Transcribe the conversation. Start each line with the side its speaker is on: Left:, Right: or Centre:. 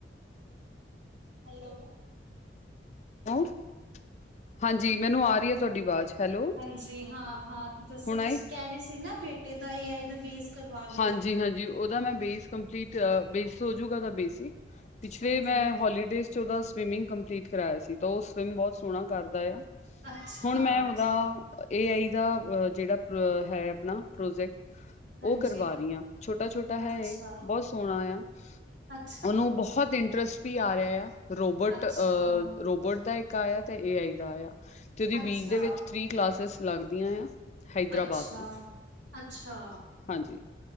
Right: ਹੈਲੋ।
Left: <unintelligible> ਹਾਂਜੀ ਮੈਨੂੰ ਆ ਰਹੀ ਆ ਤੁਹਾਡੀ ਆਵਾਜ਼ ਹੈਲੋ
Right: ਹਾਂਜੀ ਹਾਂ ਹਾਂ ਦੱਸੋ
Left: ਹੁਣ ਆਈ।
Right: ਤੁਸੀਂ ਕਹਿ ਰਹੇ ਸੀ ਨਾ ਬੇਟੇ ਦਾ ਇਹ ਆਈ ਦਾ ਬੇਸ। ਕਰਵਾ ਰਹੇ
Left: ਹਾਂਜੀ
Right: ਹੋ।
Left: ਹਾਂਜੀ ਓਦਾ ਮੈਂ ਬੇਸ ਕੰਪਲੀਟ ਬੇਸ ਹੋਜੂਗਾ ਉਹਦਾ ਬੇਸਿਕ। ਪਿਛਲੇ
Right: ਹਾਂਜੀ
Left: ਮੈਂ ਹੋਲੀਡੇਜ਼ 'ਚ ਉਹਦਾ ਸਵਿਮਿੰਗ ਕੰਪਲੀਟ ਕਰਵਾਇਆ ਸੀ। ਤਾਂ ਉਹ ਸਵਿੰਮ ਬਹੁਤ ਸੋਹਣਾ ਕਰ। ਕਰਦਾ ਆ
Right: ਅੱਛਾ
Left: ਹੁਣ ਮੈਂ
Right: ਅੱਛਾ
Left: ਉਹਦਾ। ਏ ਆਈ ਦਾ ਜਿਹੜਾ ਹੈ ਆਪਣਾ ਪ੍ਰੋਜੈਕਟ।
Right: ਹਾਂਜੀ
Left: ਉਹ ਕਰਵਾ ਰਹੀ ਹਾਂ ਛੋਟਾ ਛੋਟਾ ਹੈ।
Right: ਅੱਛਾ
Left: ਇਹ ਬਹੁਤ ਸੋਹਣਾ ਆ।
Right: ਅੱਛਾ
Left: ਉਹਨੂੰ ਬਹੁਤ ਇੰਟਰਸਟ। ਵੀ ਆ ਰਿਹਾ ਆ ਰੋਬੋਟ
Right: ਅੱਛਾ
Left: ਅਹ ਰੋਬੋਟ ਦਾ ਇੱਕ ਆਇਆ ਤੇ ਏ ਆਈ ਦਾ ਆਇਆ। ਤੇ ਉਹਦੀ
Right: ਅੱਛਾ
Left: ਵੀਕ ਦੇ ਵਿੱਚ ਥ੍ਰੀ ਕਲਾਸਿਸ ਲੱਗਦੀਆਂ ਆ। ਹੈਦਰਾਬਾਦ
Right: ਅੱਛਾ
Left: ਤੋਂ
Right: ਅੱਛਾ।
Left: ਹਾਂਜੀ